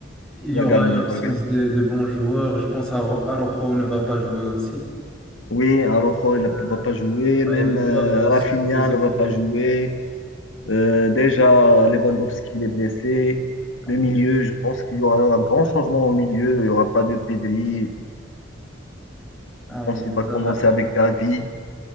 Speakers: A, in the centre; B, on the left.
A: Il
B: On
A: y
B: va
A: aura
B: gagner.
A: une absence
B: On va gagner.
A: de, de bons joueurs. Je pense à Aro- Araujo ne va pas jouer aussi.
B: Oui, Araujo, il ne
A: Euh,
B: va pas jouer.
A: ouais,
B: Même
A: ils
B: euh,
A: doivent euh,
B: Rafinha
A: se reposer
B: ne
A: pour...
B: va pas
A: euh,
B: jouer. Euh, déjà, Lewandowski, il est blessé.
A: Aïe,
B: Le milieu, je pense qu'il y aura un grand changement au milieu. Il n'y aura pas de Pedri.
A: aïe,
B: Je pense
A: aïe,
B: qu'il va
A: ça
B: commencer
A: va être...
B: avec Gavi.
A: euh,